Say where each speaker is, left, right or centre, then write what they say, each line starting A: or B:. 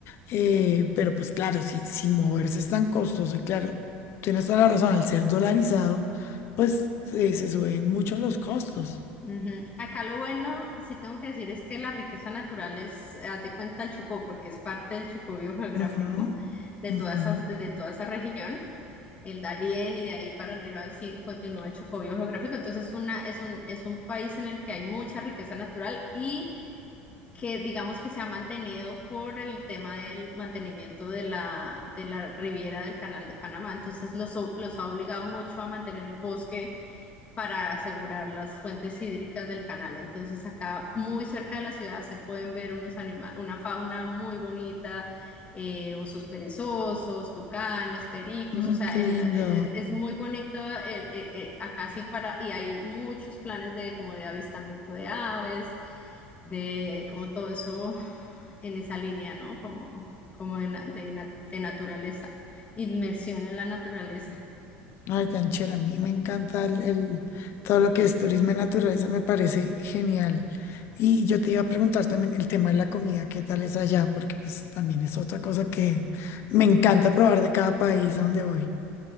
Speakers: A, on the left; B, on the left.
A: Eh, pero pues claro, si, si moverse es tan costoso, y claro, tienes toda la razón, al ser dolarizado, pues eh, se suben mucho los costos.
B: Ujú. Acá lo bueno, sí tengo que decir, es que la riqueza natural es, haz de cuenta el Chocó, porque es parte del Chocó biogeográfico
A: Ujú,
B: de
A: ujú.
B: toda esa, de toda esa región, el Darién y de ahí para arriba sí continúa el Chocó biogeográfico. Entonces es una, es un, es un país en el que hay mucha riqueza natural y que digamos que se ha mantenido por el tema del mantenimiento de la, de la riviera del Canal de Panamá. Entonces los, los ha obligado mucho a mantener el bosque para asegurar las fuentes hídricas del canal. Entonces acá muy cerca de la ciudad se pueden ver unos anima- una fauna muy bonita, eh, osos perezosos, tucanes, pericos,
A: Ah,
B: o sea,
A: qué lindo.
B: el- es, es muy bonito eh, eh, eh, acá sí para, y hay muchos planes de como de avistamiento de aves, de como todo eso en esa línea, ¿no? Como, como de na- de na- de naturaleza, inmersión en la naturaleza.
A: Ay, tan chévere. A mí me encanta el, el- todo lo que es turismo y naturaleza, me parece genial. Y yo te iba a preguntar también el tema de la comida, ¿qué tal es allá? Porque pues también es otra cosa que me encanta probar de cada país a donde voy.